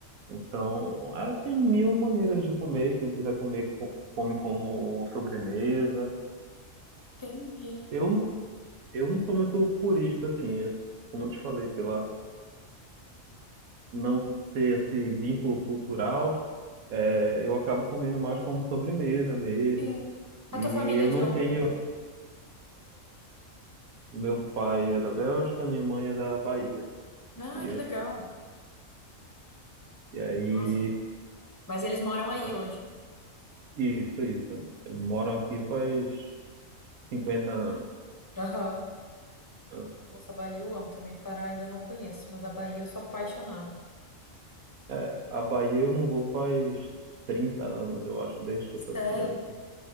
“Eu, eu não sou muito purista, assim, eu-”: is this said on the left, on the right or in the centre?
Right